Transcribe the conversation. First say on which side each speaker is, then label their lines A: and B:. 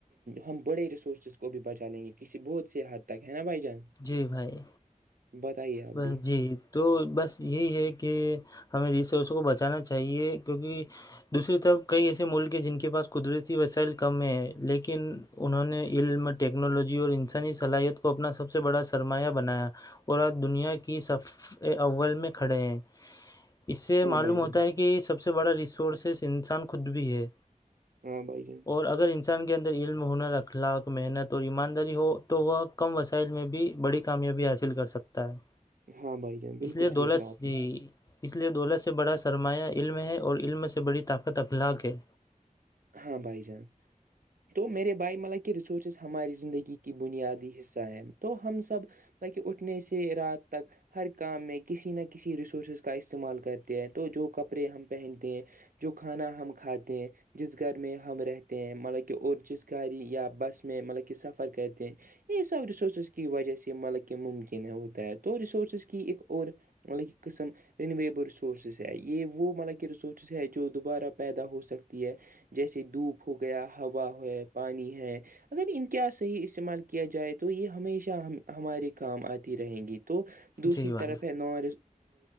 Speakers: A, on the right (about 80°); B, on the left (about 25°).
A: ہم بڑے ریسورسز کو بھی بچا لیں گے کسی بہت سے حد تک ہے نا بھائی جان
B: جی بھائی
A: بتائیے آپ
B: ب
A: بھی
B: جی تو بس یہی ہے کہ ہمیں ریسورسوں کو بچانا چاہیے کیونکہ دوسری طرف کئی ایسے ملک ہیں جن کے پاس قدرتی وسائل کم ہیں لیکن انہوں نے علم ٹیکنالوجی اور انسانی صلاحیت کو اپنا سب سے بڑا سرمایہ بنایا اور اج دنیا کیف اول میں کھڑے ہیں اس سے
A: ہاں
B: معلوم
A: بھائی
B: ہوتا
A: جان۔
B: ہے کہ سب سے سے بڑا ریسورسس انسان خود بھی ہے
A: ہاں بھائی جان
B: اور اگر انسان کے اندر علم ہونر رخلاق محنت اور ایمانداری ہو تو وہ کم وسائل میں بھی بڑی کامیابی حاصل کر سکتا ہے
A: ہاں بھائی جان بالکل
B: اس لیے
A: صحیح
B: دولت
A: کہا آپ
B: جی
A: نے
B: اس لیے دولت سے بڑا سرمایہ علم ہے اور علم سے بڑی طاقت اخلاق ہے
A: ہاں بھائی جان تو میرے بھائی مطلب کہ ریسورسز ہماری زندگی کی بنیادی حصہ تو ہم سب لک اٹھنے سے رات تک ہر کام میں کسی نہ کسی ریسورسز کا استعمال کرتے ہیں تو جو کپڑے ہم پہنتے ہیں جو کھانا ہم کھاتے ہیں جس گھر میں ہم رہتے ہیں مطلب کہ اور جس گاڑی یا بس میں مطلب کہ سفر کرتے ہیں یہ سب ریسورسز کی وجہ سے مطلب کہ ممکن ہے ہوتا ہے تو ریسورسز کی ایک اور ملب ایک قسم رینویبل رسورسز ہے یہ وہ مطلب کہ ریسورسز ہے جو دوبارہ پیدا ہو سکتی ی ہے جیسے دھوپ ہو گیا ہوا ہے پانی ہے اگر ان کیا صحیح استعمال کیا جائے تو یہ ہمیشہ ہم ہمارے کام آتی رہیں گی تو دوسری
B: جی بھائی
A: طرف ہے نان